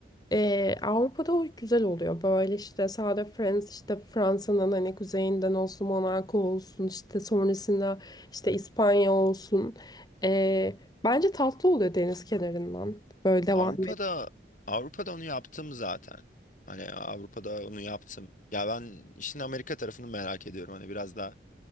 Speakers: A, on the left; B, on the left.
A: Ee, Avrupa'da o güzel oluyor. Böyle işte sağda Friends, işte Fransa'nın hani kuzeyinden olsun, Monaco olsun, işte sonrasında işte İspanya olsun. Ee, bence tatlı oluyor deniz kenarından. Böyle devam
B: Avrupa'da Avrupa'da onu yaptım zaten. Hani Avrupa'da onu yaptım. Ya ben işin Amerika tarafını merak ediyorum. Hani biraz daha